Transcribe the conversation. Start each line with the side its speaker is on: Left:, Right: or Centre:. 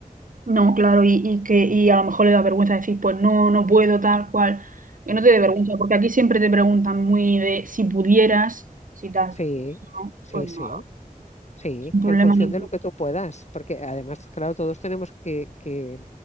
Right: No, claro, y, y que y a lo mejor le da vergüenza decir, pues no, no puedo, tal cual. Que no te dé vergüenza, porque aquí siempre te preguntan muy de si pudieras, si tal.
Left: Sí,
Right: Pues si no,
Left: sí,
Right: pues no.
Left: sí, sí,
Right: Sin problema
Left: en función
Right: ninguno.
Left: de lo que tú puedas, porque además, claro, todos tenemos que, que